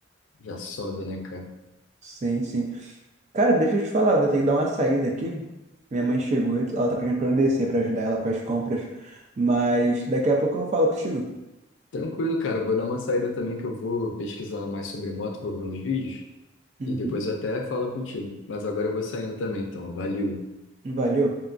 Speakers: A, on the left; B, on the right.
A: já sobe, né, cara?
B: Sim, sim. Cara, deixa eu te falar, eu vou ter que dar uma saída aqui. Minha mãe chegou e ela tá pedindo pra eu descer pra ajudar ela com as compras, mas daqui a pouco eu falo contigo.
A: Tranquilo, cara, eu vou dar uma saída também que eu vou pesquisar mais sobre moto, vou ver uns vídeos
B: Uhum.
A: e depois eu até falo contigo. Mas agora eu vou saindo também, então, valeu.
B: Valeu.